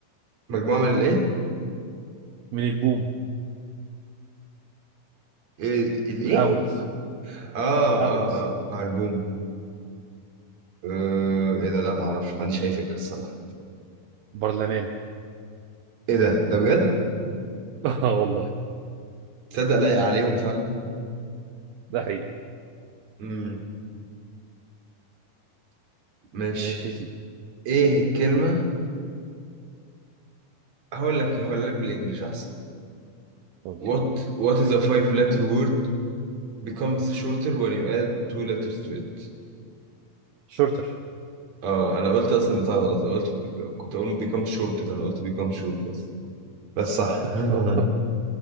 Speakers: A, on the right (about 50°); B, on the right (about 75°).
A: مجموعة من الايه؟
B: من البوم
A: إيه- الايه؟
B: الاولز
A: اه اه
B: الاولز
A: اه آه، البوم آه ايه ده لا ما اعرفش ما عنديش اي فكرة الصراحة
B: برلمان
A: ايه ده ده بجد؟
B: <laughs> اه والله
A: تصدق لايق عليهم فعلا؟
B: ده حقيقي
A: امم ماشي
B: ماشي يا سيدي
A: ايه الكلمة؟ هقول لك هقول لك بالانجلش احسن
B: قول
A: What
B: لي
A: What is a five letter word becomes shorter when you add two letters to it
B: شورتر
A: اه انا قلت اصلا بتاع غلط انا قلت بيك... كنت اقول بيكام شورت انا قلت بيكام شورت بس بس صح
B: <laughs>
A: <laughs>